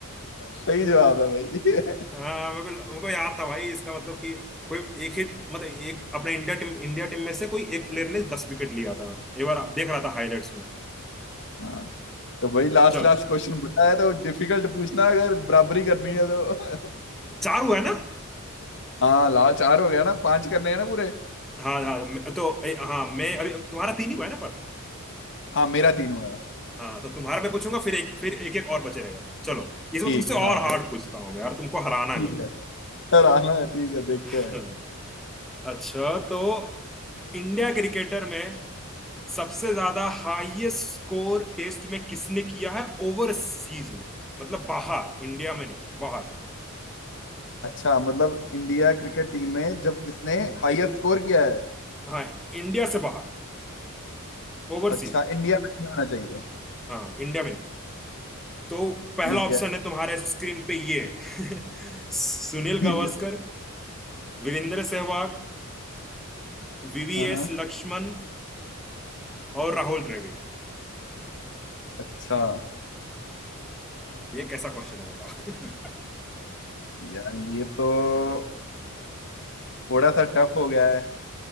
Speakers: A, on the left (about 55°); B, in the centre.
A: सही जवाब है भाई
B: हाँ मेरे को मेरे को याद था भाई इसका मतलब कि कोई एक ही मतलब एक अपने इंडिया टीम इंडिया टीम में से कोई एक प्लेयर ने दस विकेट लिया था एक बार देख रहा था हाईलाइट्स में
A: <laughs> हाँ तो भाई लास्ट
B: चलो
A: लास्ट क्वेश्चन बताया तो डिफिकल्ट पूछना अगर बराबरी करनी है तो
B: चार हुआ है ना
A: <laughs> हाँ लास्ट चार हो गया ना पांच करने हैं ना पूरे
B: हाँ हाँ मैं- तो ए, हाँ मैं अभी तुम्हारा तीन ही हुआ है ना पर
A: हाँ मेरा तीन हुआ है
B: हाँ तो तुम्हारा मैं पूछूंगा फिर एक फिर एक एक और बचे रहेगा चलो इसमें
A: ठीक
B: तुमसे
A: है
B: और
A: हाँ
B: हार्ड पूछता हूँ मैं यार तुमको हराना है
A: ठीक
B: मेरे को
A: है सर आना है ठीक है देखते
B: अच्छा
A: हैं
B: अच्छा, तो इंडिया क्रिकेटर में सबसे ज्यादा हाईएस्ट स्कोर टेस्ट में किसने किया है ओवरसीज में मतलब बाहर इंडिया में नहीं बाहर
A: अच्छा मतलब इंडिया क्रिकेट टीम में जब जिसने हाईएस्ट स्कोर किया है
B: हाँ इंडिया से बाहर ओवरसीज
A: अच्छा इंडिया में नहीं आना चाहिए
B: हाँ इंडिया में नहीं तो पहला
A: ठीक
B: ऑप्शन
A: है
B: है तुम्हारे स्क्रीन पे ये है। <laughs> सुनील
A: ठीक
B: गावस्कर
A: है
B: वीरेंद्र सहवाग वीवीएस
A: हाँ हाँ।
B: लक्ष्मण और राहुल द्रविड़
A: अच्छा
B: ये कैसा क्वेश्चन है बताओ
A: यार ये तो थोड़ा सा टफ हो गया है